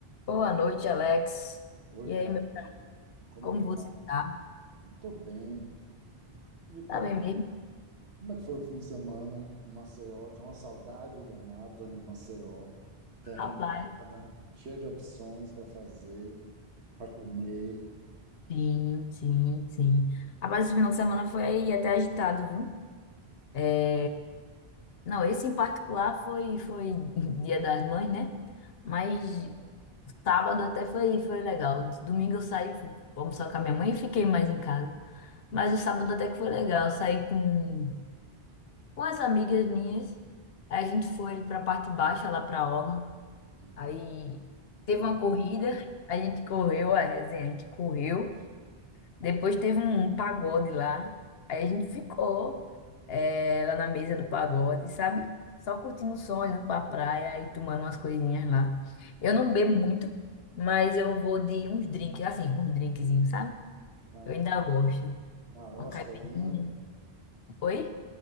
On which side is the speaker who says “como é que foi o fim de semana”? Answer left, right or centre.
Right